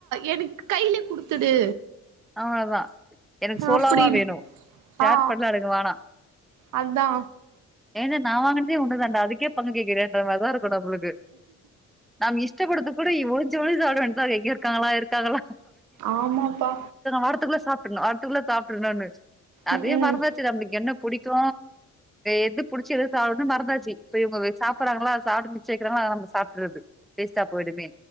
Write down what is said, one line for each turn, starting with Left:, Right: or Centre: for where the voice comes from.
Right: எனக்கு கையில குடுத்துடு
Centre: அவ தா எனக்கு சோலோவா
Right: அப்டின்னு
Centre: வேணு சேர்
Right: ஆ
Centre: பண்ணல எனக்கு வேனா
Right: அதா
Centre: ஏ நா வாங்குனதே ஒன்னே தாண்டா அதுக்கே பொண்ணு கேக்குறியான்ற மாரிதா இருக்கும் நம்மளுக்கு நாம் இஷ்டப்படுத்து கூட ஒழுஞ்சு ஒழுஞ்சு சாப்ட வேண்டதா எங்க இருக்காங்களா இருக்காங்களா
Right: ஆமாப்பா
Centre: ஆறத்துக்குள்ள சாப்டறனு ஆறத்துக்குள்ள சாப்ட்றன்னு அதேயே
Right: ம்
Centre: மறந்தாச்சு
Right: ம்
Centre: நம்மளுக்கு என்னப் புடிக்கு எது புடிச்சுருக்குன்னு சாப்புடணன்னு மறந்தாச்சு இப்ப இவுங்க சாப்டடுறாங்களா சாப்ட்டு மிச்ச வைக்கிறாங்களா அத நம்ம சாப்ட்டுறது வேஸ்ட்டா போய்டுமே